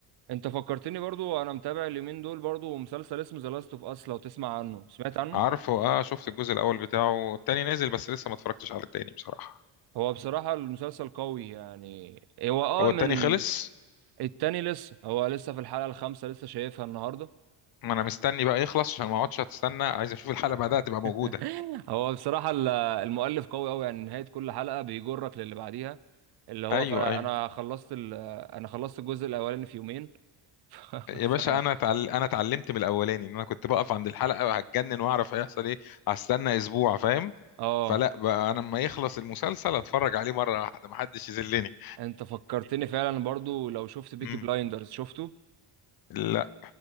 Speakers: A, on the right; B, on the left.
A: انت فكرتني برضو انا متابع اليومين دول برضو مسلسل اسمه ذا لاست اوف اس لو تسمع عنه سمعت عنه
B: عارفه اه شفت الجزء الاول بتاعه التاني نازل بس لسه ما اتفرجتش على التاني بصراحه
A: هو بصراحه المسلسل قوي يعني هو اه
B: هو
A: من
B: التاني خلص
A: التاني لسه هو لسه في الحلقه الخامسه لسه شايفها النهارده
B: ما انا مستني بقى يخلص عشان ما اقعدش استنى عايز اشوف الحلقه بعدها تبقى موجوده
A: <laughs> هو بصراحة ال- المؤلف قوي قوي يعني نهاية كل حلقة بيجرك للي بعديها اللي هو
B: ايوه
A: فانا
B: ايوه
A: انا خلصت ال... انا خلصت الجزء الاولاني في يومين <laughs> ف...
B: يا
A: ف...
B: باشا انا تعل... انا اتعلمت من الاولاني ان انا كنت بقف عند الحلقه وهتجنن واعرف هيحصل ايه هستنى اسبوع فاهم
A: اه
B: فلا بقى انا لما يخلص المسلسل اتفرج عليه مره واحده ما حدش يذلني
A: انت فكرتني فعلا برضو لو شفت بيكي
B: <laughs> مم.
A: بلايندرز شفته
B: لا